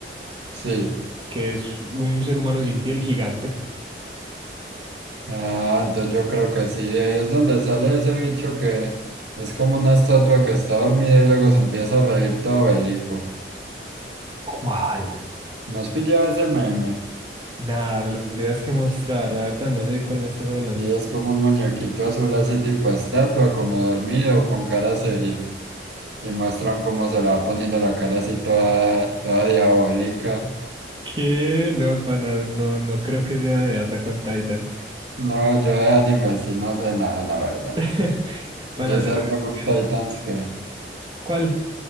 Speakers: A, on the right; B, on the right.
A: Sí.
B: que es un ser humano sin piel gigante?
A: Ah, entonces yo creo que sí. De ahí es donde sale ese bicho que es como una estatua que está dormida y luego se empieza a reír todo bélico.
B: ¿Cuál?
A: ¿No has pillado ese meme?
B: Nada, me lo tendrías que mostrar, la verdad, no sé de cuál me estás hablando.
A: Sí, es como un muñequito azul así tipo estatua, como dormido, con cara seria. Y muestran cómo se le va poniendo la cara así toda, toda diabólica.
B: ¿Qué? No, pana, no, no creo que sea de Attack on Titan.
A: No, yo de anime sí no sé nada, la verdad.
B: <laughs> Pana,
A: Y ese
B: se lo
A: Attack
B: recomiendo.
A: of Titans que...
B: ¿Cuál?